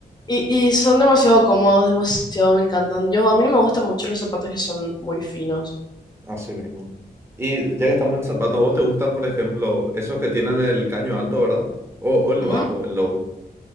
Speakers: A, on the left; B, on the right.
A: Y, y son demasiado cómodos, demasiado me encantan. Yo, a mí no me gustan mucho los zapatos que son muy finos.
B: así mismo. Y ya que estamos en zapatos, ¿vos te gustan, por ejemplo, esos que tienen el caño alto, verdad? O, o el
A: Ujú.
B: bajo, el low.